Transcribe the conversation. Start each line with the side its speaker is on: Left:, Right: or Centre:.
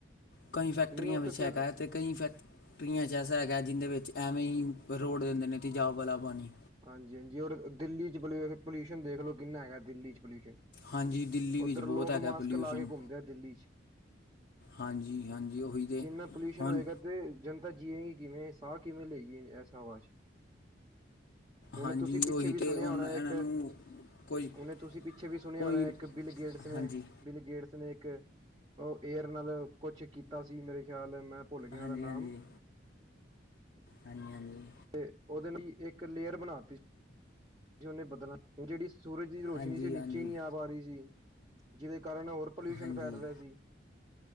Left: ਕਈ ਫੈਕਟਰੀਆਂ
Right: ਨਹੀਂ ਉਹ
Left: ਵਿੱਚ
Right: ਤੇ ਫਿਰ
Left: ਹੈਗਾ ਤੇ ਕਈ ਫੈਕਟਰੀਆਂ 'ਚ ਐਸਾ ਹੈਗਾ ਜਿਹਦੇ ਵਿੱਚ ਐਵੇਂ ਹੀ ਰੋੜ ਦਿੰਦੇ ਨੇ ਤੇਜਾਬ ਵਾਲਾ ਪਾਣੀ
Right: ਹਾਂਜੀ-ਹਾਂਜੀ ਔਰ ਦਿੱਲੀ 'ਚ ਪ ਪੋਲਿਊਸ਼ਨ ਦੇਖ ਲਓ ਕਿੰਨਾ ਹੈਗਾ ਦਿੱਲੀ 'ਚ ਪੋਲਿਊਸ਼ਨ
Left: ਹਾਂਜੀ ਦਿੱਲੀ ਵਿੱਚ
Right: ਉੱਧਰ
Left: ਬਹੁਤ
Right: ਲੋਕ
Left: ਹੈਗਾ
Right: ਮਾਸਕ
Left: ਪੋਲਿਊਸ਼ਨ
Right: ਲਾ ਕੇ ਘੁੰਮਦੇ ਆ ਦਿੱਲੀ 'ਚ
Left: ਹਾਂਜੀ-ਹਾਂਜੀ ਉਹੀ ਤੇ
Right: ਜਿੰਨਾ ਪੋਲਿਊਸ਼ਨ
Left: ਹੁਣ
Right: ਹੋਏਗਾ ਤੇ ਜਨਤਾ ਜੀਏਗੀ ਕਿਵੇਂ ਸਾਹ ਕਿਵੇਂ ਲਈਏ ਇਸ ਹਵਾ 'ਚ ਹੁਣ
Left: ਹਾਂਜੀ
Right: ਤੁਸੀਂ ਪਿੱਛੇ
Left: ਉਹੀ
Right: ਵੀ
Left: ਤੇ
Right: ਸੁਣਿਆ
Left: ਹੁਣ
Right: ਹੋਣਾ
Left: ਇਹਨਾਂ
Right: ਇੱਕ
Left: ਨੂੰ ਕੋਈ
Right: ਹੁਣੇ ਤੁਸੀਂ ਪਿੱਛੇ ਵੀ ਸੁਣਿਆ
Left: ਕੋਈ
Right: ਹੋਣਾ ਇੱਕ ਬਿਲ ਗੇਟਸ ਨੇ
Left: ਹਾਂਜੀ
Right: ਬਿਲ ਗੇਟਸ ਨੇ ਇੱਕ ਉਹ ਏਅਰ ਨਾਲ ਕੁਛ ਕੀਤਾ ਸੀ ਮੇਰੇ ਖਿਆਲ ਮੈਂ ਭੁੱਲ ਗਿਆ
Left: ਹਾਂਜੀ-ਹਾਂਜੀ,
Right: ਉਹਦਾ ਨਾਮ
Left: ਹਾਂਜੀ-ਹਾਂਜੀ।
Right: ਤੇ ਉਹਦੇ ਲਈ ਇੱਕ ਲੇਅਰ ਬਣਾਤੀ। ਉਹਨੇ ਬਦਲ ਹੁਣ ਜਿਹੜੀ ਸੂਰਜ ਦੀ ਰੋਸ਼ਨੀ
Left: ਹਾਂਜੀ
Right: ਸੀ ਉਹ ਨੀਚੇ
Left: ਹਾਂਜੀ ਹਾਂਜੀ
Right: ਨਹੀਂ ਆ ਪਾ ਰਹੀ ਸੀ ਜਿਹਦੇ ਕਾਰਨ ਹੋਰ ਪੋਲਿਊਸ਼ਨ
Left: ਹਾਂਜੀ
Right: ਫੈਲ ਰਿਹਾ ਸੀ।